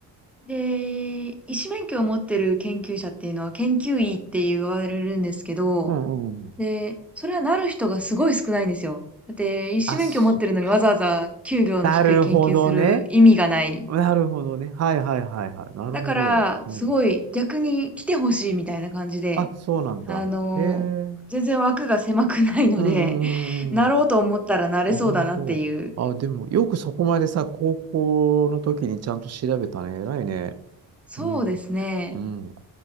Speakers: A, in the centre; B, on the right.
A: で、医師免許を持ってる研究者っていうのは研究医って言われるんですけど、
B: うんうんうん。
A: で、それはなる人がすごい少ないんですよ。だって、医師免許持ってるのにわざわざ給料の低い研究する意味がない。
B: あ、そっか。なるほどね。なるほどね。はいはいはいはい。なるほど。
A: だから、
B: うん。
A: すごい逆に来てほしいみたいな感じで、
B: あ、そうなんだ。
A: あの、
B: へえ。う
A: 全然枠が狭くないので、
B: んうんうんうん。
A: <laughs> なろうと思ったらなれそうだなっていう。
B: あ、本当。あ、でも、よくそこまでさ、高校の時にちゃんと調べたね。偉いね。
A: そうですね。
B: うん。うん。